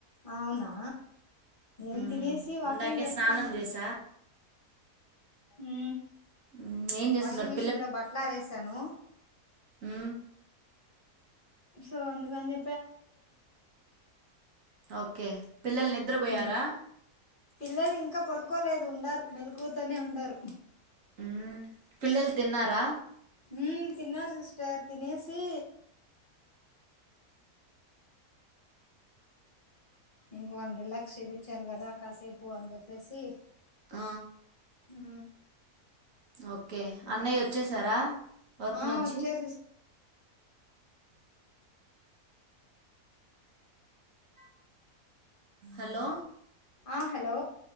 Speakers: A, on the left; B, on the right.
A: అవునా నేను
B: మ్మ్
A: తినేసి వాకింగ్
B: ఇందాకే
A: చేస్తా
B: స్నానం
A: ఉన్నా
B: చేసా
A: ఉ
B: మ్మ్ ఏం చేస్తున్నారు
A: వాషింగ్ మిషన్ లో బట్టలు ఆరేసాను
B: ఉ
A: సో అందుకని
B: ఓకే పిల్లలు నిద్రపోయారా
A: మ్మ్ పిల్లలు ఇంకా పడుకోలేదు ఉండారు మెలుకువతోనే ఉండారు
B: ఉ పిల్లలు తిన్నారా
A: ఊ తిన్నా సిస్టర్ తినేసి ఇంక వాళ్ళని రిలాక్స్ చెప్పించాలి కదా కాసేపు అని చెప్పేసి
B: ఆ
A: యూ
B: ఓకే అన్నయ్య వచ్చేశారా వర్క్
A: ఆ
B: నుంచి
A: వచ్చారు సిస్
B: హలో
A: ఆ హలో